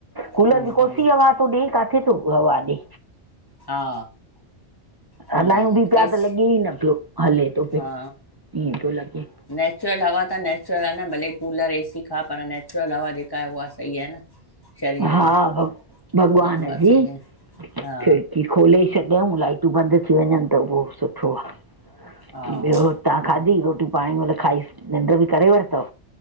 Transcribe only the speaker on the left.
हम्म
हम्म
हा, हम्म
एसी
हा,
नेचुरल हवा त नैचुरल आहे न भले कूलर एसी खा पर नैचुरल हवा जेका आहे उहा सही आहे न। शरीर
लाइ
उहा उहा
सही आहे
हा
हा
हम्म।